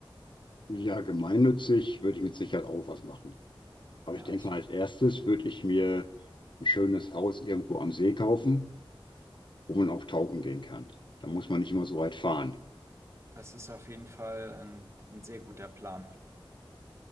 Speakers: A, on the left; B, on the right.
A: Ja, gemeinnützig würde ich mit Sicherheit auch was machen. Aber ich
B: Ja,
A: denke
B: ich,
A: mal, als erstes würde ich mir ein schönes Haus irgendwo am See kaufen wo man auch tauchen gehen kann. Da muss man nicht immer so weit fahren.
B: das ist auf jeden Fall ein, ein sehr guter Plan.